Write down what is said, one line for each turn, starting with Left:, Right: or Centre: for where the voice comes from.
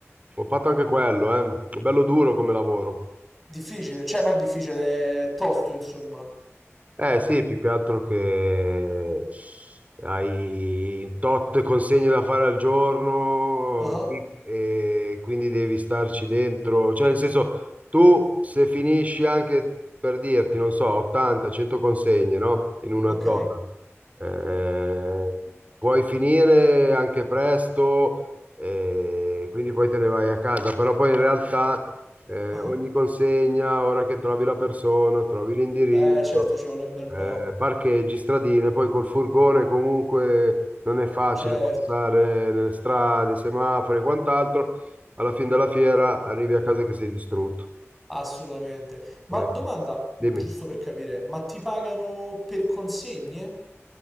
Right: ho fatto anche quello, eh. Bello duro come lavoro.
Centre: difficile, cioè no, difficile, è tosto, insomma.
Right: Eh sì, più che altro che hai tot consegne da fare al giorno
Centre: Ah,
Right: sì, e quindi devi starci dentro. Cioè, nel senso, tu se finisci anche per dirti, non so, 80-100 consegne, no? In una
Centre: Ok.
Right: zona. Eh, puoi finire anche presto, eh, quindi poi te ne vai a casa, però poi in realtà eh,
Centre: Ah.
Right: ogni consegna, ora che trovi la persona, trovi l'indirizzo.
Centre: Eh, certo, ci vuole un bel po'.
Right: Eh, parcheggi, stradine, poi col furgone comunque non è facile
Centre: Certo.
Right: passare nelle strade, semafori e quant'altro. Alla fine della fiera arrivi a casa che sei distrutto.
Centre: Assolutamente. Ma
Right: Eh,
Centre: domanda, giusto
Right: dimmi.
Centre: per capire, ma ti pagano per consegne?